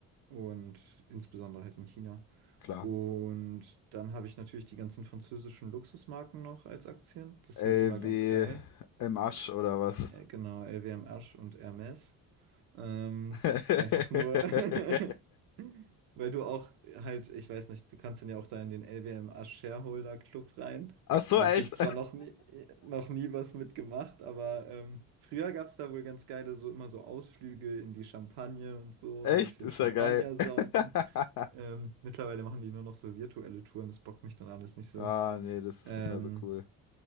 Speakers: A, on the right; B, on the left.
A: und insbesondere halt in China.
B: Klar.
A: Und dann habe ich natürlich die ganzen französischen Luxusmarken noch als Aktien. Das
B: L
A: ist halt immer ganz
B: wie
A: geil.
B: im Asch oder was?
A: Äh, genau, LWM Asch und Hermes. Ähm,
B: <laughs>
A: einfach nur, <laughs> weil du auch halt, ich weiß nicht, du kannst dann ja auch da in den LWM Asch Shareholder Club rein.
B: Ach so,
A: Da habe
B: echt?
A: ich jetzt zwar noch nie, äh, noch nie was mitgemacht, aber ähm, früher gab es da wohl ganz geile, so immer so Ausflüge in die Champagne und so,
B: Echt?
A: ein bisschen
B: Ist
A: Champagner
B: ja geil.
A: saufen.
B: <laughs>
A: Ähm, mittlerweile machen die nur noch so virtuelle Touren, das bockt mich dann alles nicht so.
B: Ah, nee, das ist
A: Ähm,
B: nicht mehr so cool.